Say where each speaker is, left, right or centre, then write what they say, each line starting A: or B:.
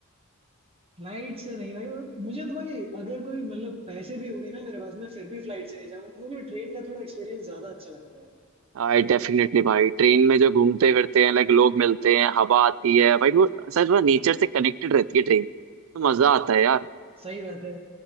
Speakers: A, on the right; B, on the right.
A: फ्लाइट से नहीं भाई मुझे तो भाई अगर कोई मतलब पैसे भी हो गए ना मेरे पास मैं फिर भी फ्लाइट से नहीं जाऊंगा मुझे ट्रेन का थोड़ा एक्सपीरियंस ज्यादा अच्छा लगता है
B: आई डेफिनेटली भाई ट्रेन में जो घूमते फिरते हैं लाइक लोग मिलते हैं हवा आती है भाई वो सच में नेचर से कनेक्टेड रहती है ट्रेन तो मजा आता है यार
A: सही बात है